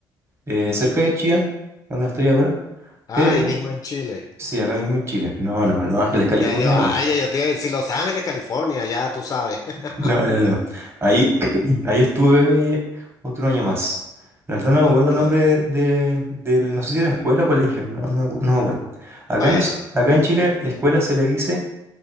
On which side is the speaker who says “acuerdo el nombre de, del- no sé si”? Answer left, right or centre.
Right